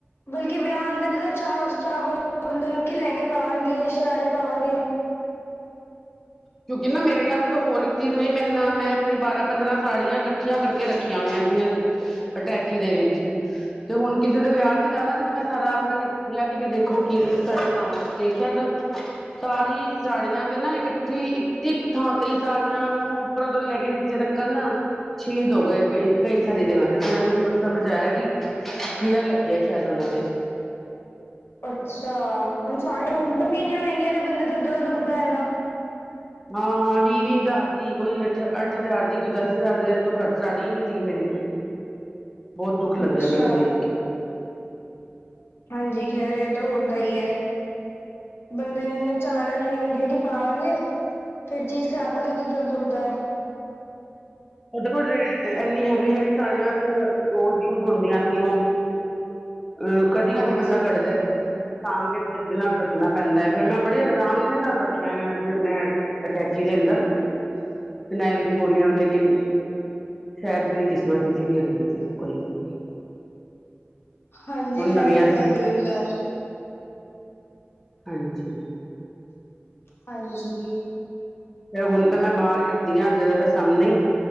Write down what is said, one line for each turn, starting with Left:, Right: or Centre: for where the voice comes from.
Left: ਬਲਕਿ ਵਿਆਹ ਆਉਂਦਾ ਨੇ ਤਾਂ ਚਾਹ ਹੋ ਚਾਹ ਬੰਦੇ ਨੂੰ ਕੀ ਲਹਿੰਗੇ ਪਾਵਾਂਗੇ ਸ਼ਰਾਰੇ ਪਾਵਾਂਗੇ।
Centre: ਕਿਉਂਕਿ ਨਾ ਮੇਰੇ ਨਾਲ ਤਾਂ ਹੋਰ ਇੱਕ ਚੀਜ਼ ਹੋਈ ਮੇਰੇ ਨਾਲ ਮੈਂ ਆਪਣੀ ਬਾਰਾਂ ਪੰਦਰਾਂ ਸਾੜੀਆਂ ਕੱਠ ਇਕੱਠੀਆਂ ਕਰਕੇ ਰੱਖੀਆਂ ਹੋਈਆਂ ਸੀ ਅਟੈਚੀ ਦੇ ਵਿੱਚ ਤੇ ਹੁਣ ਕਿਸੇ ਦੇ ਵਿਆਹ ਜਾਣਾ ਸੀ ਤੇ ਮੈਂ ਸਾਰਾ ਆਪਣਾ ਨਿਕ ਕਿ ਵੀ ਦੇਖੋ ਕਿਹੜੀ ਸਾੜੀ ਪਾਵਾਂ ਦੇਖਿਆ ਤੇ ਸਾਰੀ ਸਾੜੀਆਂ ਤੇ ਨਾ ਇੱਕ ਉਠੀ ਇੱਕ- ਇੱਕ ਥਾਂ ਤੇ ਸਾਰੀਆਂ ਨੂੰ ਉੱਪਰੋਂ ਤੋਂ ਲੈ ਕੇ ਨੀਚੇ ਤਕਣ ਛੇਦ ਹੋ ਗਏ ਕਈ -ਕਈ ਸਾਰੀ ਜਗ੍ਹਾ ਤੇ- ਤੇ ਮੈਨੂੰ ਹੋਰ ਸਮਝ ਆਇਆ ਕਿ ਕੀੜਾ ਲੱਗਿਆ ਸ਼ਾਇਦ ਉਹਨਾਂ ਤੇ
Left: ਅੱਛਾ ਹੁਣ ਸਾੜੀਆਂ ਆਂਦੀਆ ਇੰਨੀਆਂ ਮਹਿੰਗੀਆਂ ਨੇ ਬੰਦੇ ਦਾ ਦਿਲ ਦੁਖਦਾ ਇੰਨਾ
Centre: ਹਾਂ -ਹਾਂ ਵੀਹ- ਵੀਹ ਹਜ਼ਾਰ ਦੀ ਕੋਈ ਅੱਠ- ਅੱਠ ਹਜ਼ਾਰ ਦੀ ਕੋਈ ਦਸ ਹਜ਼ਾਰ ਦੀ ਇਸ ਤੋਂ ਘੱਟ ਸਾੜੀ ਹੀ ਨਹੀਂ ਸੀਗੀ ਮੇਰੇ ਕੋਈ ਬਹੁਤ ਦੁੱਖ ਲੱਗਿਆ
Left: ਅੱਛਾ
Centre: ਮੈਨੂੰ ਦੇਖ ਕੇ
Left: ਹਾਂਜੀ ਖੈਰ ਇਹ ਤਾਂ ਹੁੰਦਾ ਹੀ ਹੈ। ਬੰਦੇ ਨੇ ਚਾਅ ਨਾਲ ਲਿਆਂਦੀ ਹੈ ਕਿ ਪਾਵਾਂਗੇ। ਫੇਰ ਚੀਜ਼ ਖ਼ਰਾਬ ਹੋ ਜਾ ਤੇ ਦਿਲ ਦੁਖਦਾ
Centre: ਉਹ ਦੇਖੋ ਕੋਲ ਇੰਨੀ ਹੈਵੀ- ਹੈਵੀ ਸਾੜੀਆਂ ਰੋਜ਼ ਯੂਜ ਹੁੰਦੀਆਂ ਨੇ ਉਹ ਅ ਕਦੀ-
Left: ਹਾਂਜੀ
Centre: ਕਦੀ ਬੰਦਾ ਕੱਢਦਾ। ਸਾਂਭ ਕੇ ਤਰੀਕੇ ਨਾਲ ਰੱਖਣਾ ਪੈਂਦਾ ਹੈ ਫਿਰ ਮੈਂ ਬੜੀ ਆਰਾਮ ਦੇ ਨਾਲ ਰੱਖੀਆਂ ਹੋਈਆਂ ਸੀ ਆਪਣੇ ਅਟੈਚੀ ਦੇ ਅੰਦਰ ਫਿਨਾਇਲ ਦੀ ਗੋਲੀਆਂ ਵੀ ਲੇਕਿਨ ਸ਼ਾਇਦ ਮੇਰੀ ਕਿਸਮਤ 'ਚ ਹੀ ਨਹੀ ਹੈਗੀਆਂ ਸੀ ਉਹ ਕੋਈ ਗੱਲ ਨਹੀ।
Left: ਹਾਂਜੀ ਖ਼ੈਰ
Centre: ਨਵੀਆਂ
Left: ਏਦਾਂ ਵੀ ਹੁੰਦਾ।
Centre: ਹਾਂਜੀ
Left: ਹਾਂਜੀ
Centre: ਮੈ ਹੁਣ ਤਾਂ ਮੈਂ ਬਾਹਰ ਹੀ ਰਖਦੀ ਹਾਂ, ਜਿਆਦਾਤਰ ਸਾਹਮਣੇ ਹੀ